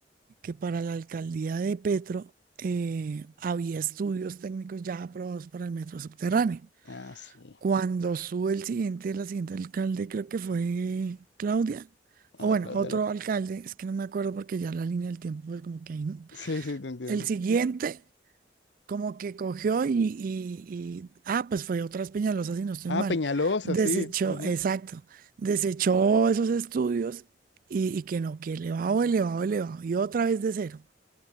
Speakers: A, on the right (about 50°); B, on the left (about 80°).
A: que para la alcaldía de Petro eh, había estudios técnicos ya aprobados para el metro subterráneo.
B: Ah, sí.
A: Cuando sube el siguiente, la siguiente alcalde, creo que fue Claudia, o
B: Ah,
A: bueno,
B: claro,
A: otro
B: de lo... <laughs>
A: alcalde, es que no me acuerdo porque ya la línea del tiempo es como que ahí, ¿no?
B: Sí, sí, te entiendo.
A: El siguiente, como que cogió y, y- y- ah, pues fue otras Peñalosas, si no estoy
B: Ah,
A: mal,
B: Peñalosa,
A: desechó,
B: sí. ujú.
A: exacto, desechó esos estudios y, y que no, que elevado, elevado, elevado, y otra vez de cero